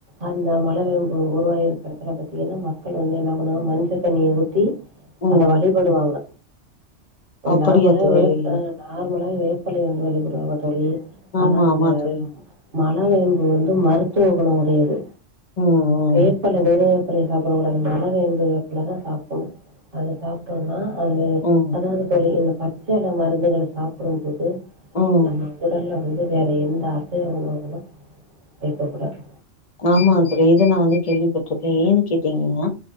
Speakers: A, on the right (about 45°); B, on the left (about 45°).
A: அந்த மலவேம்பு உருவாயிருக் கற எடத்துல பாத்தீங்கன்னா மக்கள் வந்து என்னா பண்ணுவோ மஞ்ச தண்ணிய ஊத்தி
B: ம்
A: அத வழி படுவாங்க
B: அப்படியா
A: நார்மலா
B: தோழி
A: வேப்ப நார்மலா வேப்பெலைய வந்து வழிபடுவாங்க தோழி
B: ஆமா
A: ஆனா இந்த
B: ஆமா தோழி
A: மலவேம்பு வந்து மருத்துவ குணோ உடையது
B: ம் ம்
A: வேப்பல வெறு வேப்பலைய சாப்படக்கூடாது மலவேம்பு வேப்பல தா சாப்படணு அது சாப் ட்டோனா அது
B: ம் ம்
A: அதாவது தோழி இந்த பச்செல மருந்துகள சாப்படும்போது
B: ம்
A: நம்ம உடல்ல வந்து வேற எந்த அசைவ உணவுகளு சேக்க கூடாது
B: ஆமா தோழி இது நா வந்து கேள்விப்பட்டுருக்க ஏன்னு கேட்டீங்கனா